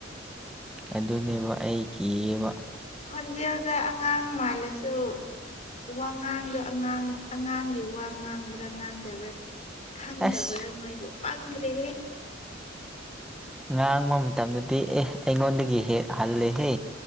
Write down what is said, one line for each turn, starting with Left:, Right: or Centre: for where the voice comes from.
Centre: ꯑꯗꯨꯅꯦꯕ ꯑꯩ ꯀꯤꯑꯕ
Left: ꯈꯣꯟꯖꯦꯜꯗ ꯑꯉꯥꯡ ꯃꯥꯜꯂꯁꯨ ꯋꯥ ꯉꯥꯡꯗꯣ ꯑꯉꯥꯡ ꯑꯉꯥꯡꯒꯤ ꯋꯥ ꯉꯥꯡꯕ꯭ꯔꯥ ꯉꯥꯡꯗꯕ꯭ꯔꯥ ꯈꯪꯗꯕ꯭ꯔꯣ
Centre: ꯑꯁ
Left: ꯅꯣꯏꯕꯨ ꯄꯪꯈ꯭ꯔꯦ
Centre: ꯉꯥꯡꯕ ꯃꯇꯝꯗꯗꯤ ꯑꯦ ꯑꯩꯉꯣꯟꯗꯒꯤ ꯍꯦꯛ ꯍꯜꯂꯦꯍꯦ